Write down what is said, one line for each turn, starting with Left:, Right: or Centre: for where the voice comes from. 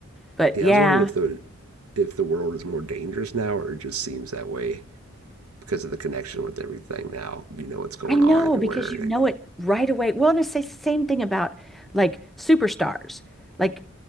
Centre: But
Right: Yeah,
Centre: yeah,
Right: I was wondering if the if the world is more dangerous now or it just seems that way because of the connection with everything now. You know what's going
Centre: I know
Right: on everywhere.
Centre: because you know
Right: Like,
Centre: it right away. Well, and it's the same thing about like superstars. Like